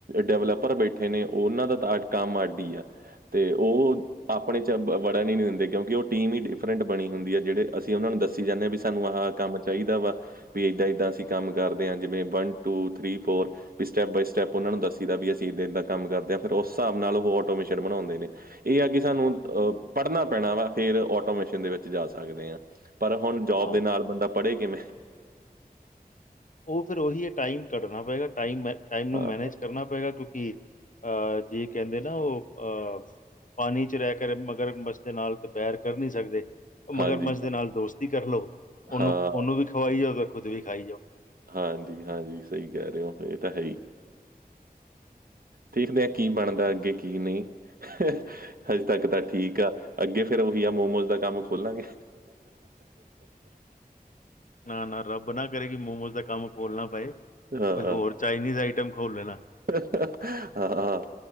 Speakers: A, on the right; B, on the left.
A: ਡਿਵਲਪਰ ਬੈਠੇ ਨੇ ਉਹਨਾਂ ਦਾ ਤਾਂ ਕੰਮ ਅਡੀ ਹੀ ਆ ਤੇ ਉਹ ਆਪਣੇ ਚ ਵੜਾ ਨੀ ਦਿੰਦੇ ਕਿਉਂਕਿ ਉਹ ਟੀਮ ਹੀ ਡਿਫਰੈਂਟ ਬਣੀ ਹੁੰਦੀ ਹੈ। ਜਿਹੜੇ ਅਸੀਂ ਉਹਨਾ ਨੂੰ ਦੱਸੀ ਜਾਂਦੇ ਹਾਂ ਵੀ ਸਾਨੂੰ ਆਹ ਕੰਮ ਚਾਹੀਦਾ ਵਾ। ਵੀ ਏਦਾਂ-ਏਦਾਂ ਅਸੀਂ ਕੰਮ ਕਰਦੇ ਹਾਂ ਜਿਵੇਂ ਵੰਨ, ਟੂ, ਥ੍ਰਰੀ, ਫੋਰ ਵੀ ਸਟੈਪ ਬਾਏ ਸਟੈਪ ਉਹਨਾਂ ਨੂੰ ਦੱਸੀ ਦਾ ਵੀ ਅਸੀਂ ਇੱਦਾਂ ਇੱਦਾਂ ਕੰਮ ਕਰਦੇ ਹਾਂ, ਫਿਰ ਉਸ ਹਿਸਾਬ ਨਾਲ ਉਹ ਆਟੋਮੇਸ਼ਨ ਬਣਾਉਂਦੇ ਨੇ। ਇਹ ਆ ਕਿ ਸਾਨੂੰ ਅ ਪੜ੍ਹਨਾ ਪੈਣਾ ਵਾ ਫੇਰ ਆਟੋਮੇਸ਼ਨ ਦੇ ਵਿੱਚ ਜਾ ਸਕਦੇ ਹਾਂ। ਪਰ ਹੁਣ ਜੋਬ
B: ਤਾਂ ਉਹ
A: ਦੇ ਨਾਲ ਬੰਦਾ ਪੜ੍ਹੇ ਕਿਵੇਂ?
B: ਉਹ ਫਿਰ ਉਹੀ ਇਹ ਟਾਈਮ ਕੱਢਨਾ ਪਏਗਾ ਟਾਈਮ-ਟਾਈਮ ਨੂੰ
A: ਹਾਂ,
B: ਮੈਨੇਜ ਕਰਨਾ ਪਏਗਾ ਕਿਉਂਕਿ ਅਹ ਜੇ ਕਹਿੰਦੇ ਨਾ ਉਹ ਅਹ ਪਾਣੀ ਚ ਰਹਿ ਕੇ ਮਗਰ ਮੱਛ ਦੇ ਨਾਲ ਦ ਬੈਰ ਕਰ ਨਹੀਂ ਸਕਦੇ ਮਗਰ
A: ਹਾਂਜੀ
B: ਮਝ ਦੇ ਨਾਲ ਦੋਸਤੀ ਕਰ ਲਓ। ਉਹਨੂੰ-ਉਹਨੂੰ
A: ਹਾਂ
B: ਵੀ ਖਵਾਈ ਜਾਓ ਤੇ ਖੁਦ ਵੀ ਖਾਈ ਜਾਓ।
A: ਹਾਂਜੀ-ਹਾਂਜੀ, ਸਹੀ ਕਹਿ ਰਹੇ ਹੋ ਇਹ ਤਾਂ ਹੈ ਹੀ। ਦੇਖਦੇ ਹਾਂ ਕੀ ਬਣਦਾ ਅੱਗੇ ਕੀ ਨਹੀਂ ਹਜੇ ਤੱਕ ਤਾਂ ਠੀਕ ਆ, ਅੱਗੇ ਫਿਰ ਉਹੀ ਆ ਮੋਮੋਸ ਦਾ ਕੰਮ ਖੋਲਾਂਗੇ
B: ਨਾ-ਨਾ ਰੱਬ ਨਾ ਕਰੇਗੀ ਮੋਮੋਸ ਦਾ ਕੰਮ ਖੋਲਣਾ ਪਏ ਕੋਈ
A: ਹਾਂ
B: ਹੋਰ ਚਾਈਨੀਜ਼ ਆਈਟਮ ਖੋਲ੍ਹ ਲੈਣਾ
A: <inaudible>